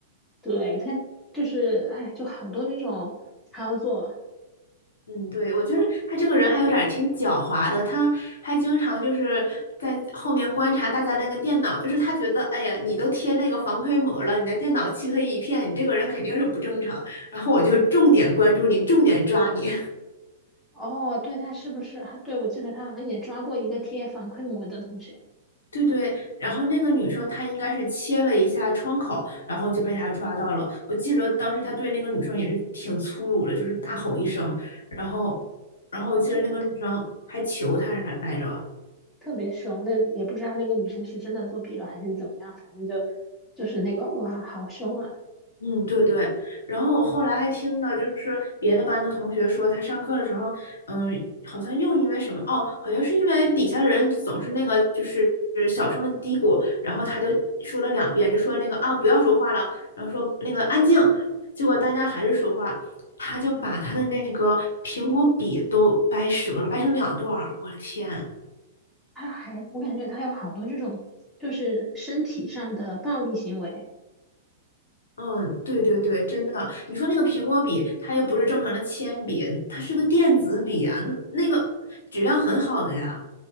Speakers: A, in the centre; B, on the left.
A: 对，他就是，哎，就好多那种操作，
B: 嗯，对，我觉得他这个人还有点儿挺狡猾的，他还经常就是在后面观察大家那个电脑，就是他觉得，哎呀，你都贴那个防窥膜了，你的电脑漆黑一片，你这个人肯定是不正常，然后我就重点关注你，重点抓你。
A: 哦，对，他是不是？对，我记得他好像也抓过一个贴反馈膜的同学，
B: 对对，然后那个女生她应该是切了一下窗口，然后就被他抓到了。我记得当时他对那个女生也是挺粗鲁的，就是大吼一声，然后，然后我记得那个女生还求他来着。
A: 特特别凶的，也不知道那个女生是真的作弊了还是怎么样，反正就就是那个哇，好凶啊！
B: 嗯，对对，然后我后来还听到，就是别的班的同学说，他上课的时候，嗯，好像又因为什么，哦，好像是因为底下人总是那个，就是就是小声的嘀咕，然后他就说了两遍，就说那个啊，不要说话了，然后说那个安静，结果大家还是说话，他就把他的那个苹果笔都掰折了，掰成两段儿，我的天！
A: 他还我感觉他有好多这种就是身体上的暴力行为，
B: 嗯，对对对，真的。你说那个苹果笔，它又不是正常的铅笔，它是个电子笔啊，那个质量很好的呀。